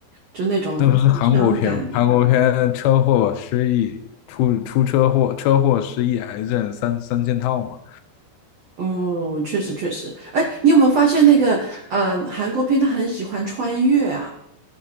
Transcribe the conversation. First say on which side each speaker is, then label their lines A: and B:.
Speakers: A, on the right; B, on the left.
A: 就那种很伤感的。
B: 那不是韩国片吗？韩国片车祸、失忆、出出车祸、车祸、失忆、癌症三三件套嘛。
A: 嗯，确实确实。哎，你有没有发现那个嗯、呃韩国片他很喜欢穿越啊？